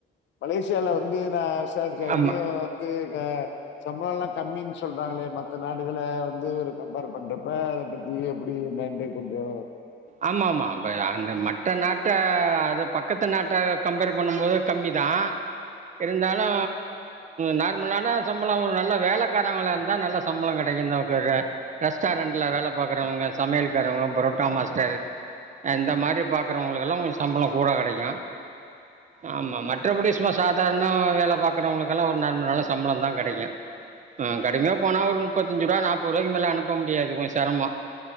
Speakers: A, on the left (about 65°); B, on the right (about 40°).
A: மலேசியால வந்து நா விசார்ச்ச வரைக்கு
B: ஆமாம்
A: வந்து க சம்பள ல்லா‌ கம்மின் சொல்றாங்களே மத்த நாடுகள வந்து ஒரு கம்பேர் பண்றப்ப அத பத் தி எப்டி மேண்டே கொஞ்சோ
B: ஆமாமா இப்ப அந்த மட்ட நாட்ட அத பக்கத்து நாட்ட கம்பேர் பண்ணும்போது கம்மி தா
A: <inaudible>
B: இருந்தாலூ நார்மலான சம்பளோ நல்ல வேலக்காரங்களா இருந்தா நல்ல சம்பளோ கெடைக்கு நோக்குக ரெஸ்டாரண்ட்ல வேல பாக்றவங்க சமையலக்காரங்க புரோட்டா மாஸ் டர் அ இந்த மாரி பாக்குறவங்களுக்கெல்லா கொஞ்ச சம்பளோ கூட கெடெக்கு ஆமா மற்றபடி சும்மா சாதாரண வேல பாக்குறவங்களுக்கெல்லா ஒரு நார்மளான சம்பள தா கெடெக்கு
A: ம்
B: ஆ கடுமையா போனா ஒரு நுப்பத்தஞ்சு ரூபா நாப்போர் ருவாய்க்கு மேலே அனுப்ப முடியாது கொஞ் செரமோ